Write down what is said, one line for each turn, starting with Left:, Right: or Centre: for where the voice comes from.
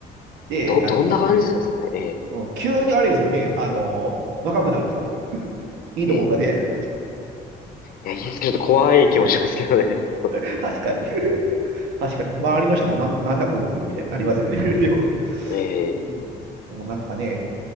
Right: で、
Left: ど、
Right: な、
Left: どんな感じなんですかねえ
Right: うん、急にあれですよね。あの若くなるんですよ。いいと思いません
Left: えええいや、いいですけど、ちょっと怖い気もしますけどね。<laughs>
Right: <laughs> 確かに。確かに。周りの人がなんなんだこいつみたいになりますよね。<laughs> でも、
Left: ええ
Right: うん、でもなんですかね、